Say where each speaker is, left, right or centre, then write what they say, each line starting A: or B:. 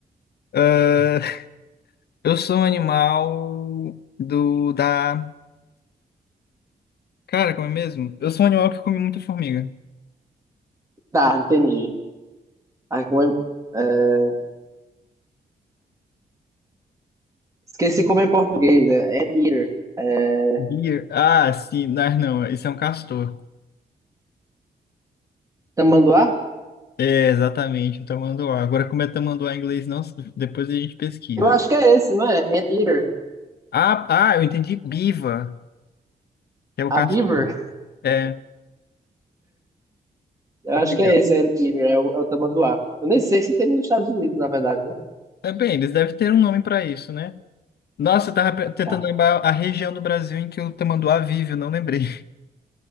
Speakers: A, on the left; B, on the right.
A: Ah, eu sou um animal do, da. Cara, como é mesmo? Eu sou um animal que come muita formiga.
B: Tá, entendi. Ai, como é... é, Esqueci como é em português, é Anteater. É,
A: Deer? Ah, sim, mas não, esse é um castor.
B: tamanduá?
A: É, exatamente, o tamanduá. Agora, como é tamanduá em inglês, não, depois a gente pesquisa.
B: Eu acho que é esse, não é? Anteater.
A: Ah, ah, eu entendi biva, que é o
B: A
A: castor.
B: Beaver?
A: É,
B: Eu
A: legal.
B: acho que é esse, Anteater, é o, é o tamanduá. Eu nem sei se tem nos Estados Unidos, na verdade, né?
A: É, bem, eles devem ter um nome para isso, né? Nossa, eu tava pe- tentando
B: Tá.
A: lembrar a região do Brasil em que o tamanduá vive, eu não lembrei. <laughs>